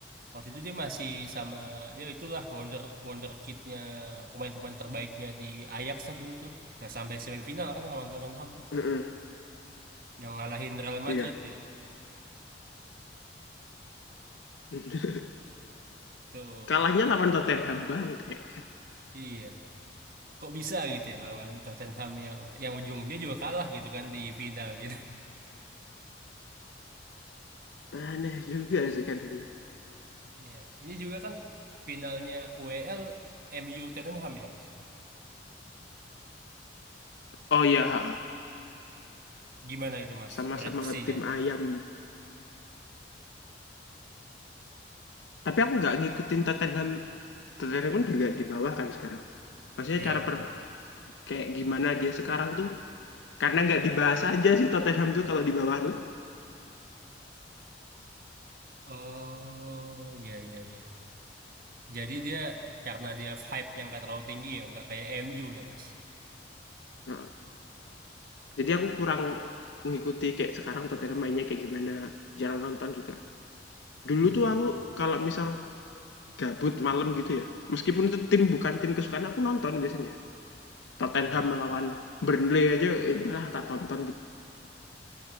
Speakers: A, on the right; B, on the left.
A: waktu itu dia masih sama ya itulah wonder wonder kidnya pemain-pemain terbaiknya di Ajax lah dulu tuh nah sampai semifinal kan lawan Tottenham tuh
B: Heeh.
A: yang ngalahin Real
B: Iya.
A: Madrid dia
B: <laughs>
A: tuh
B: Kalahnya lawan Tottenham bang kayak
A: iya kok bisa gitu ya lawan Tottenham yang yang ujungnya juga kalah gitu kan di final gitu
B: aneh juga sih kadang.
A: <laughs> iya ini juga kan finalnya UEL MU Tottenham ya mas
B: Oh iya,
A: gimana itu mas
B: sama-sama
A: prediksinya
B: tim ayam Tapi aku nggak ngikutin Tottenham. Tottenham kan juga di bawah kan sekarang. Maksudnya
A: iya
B: cara
A: betul
B: per, kayak gimana dia sekarang tuh karena nggak dibahas aja sih Tottenham tuh kalau di bawah tuh.
A: oh iya iya iya Jadi dia karena dia hype nya nggak terlalu tinggi ya, nggak kayak MU ya Mas.
B: Nah, jadi aku kurang ngikuti kayak sekarang Tottenham mainnya kayak gimana. Jarang nonton juga. Dulu
A: Hmm.
B: tuh aku kalau misal gabut malam gitu ya. Meskipun itu tim bukan tim kesukaan aku nonton biasanya. Tottenham
A: Iya,
B: melawan Burnley aja ya udahlah tak tonton gitu.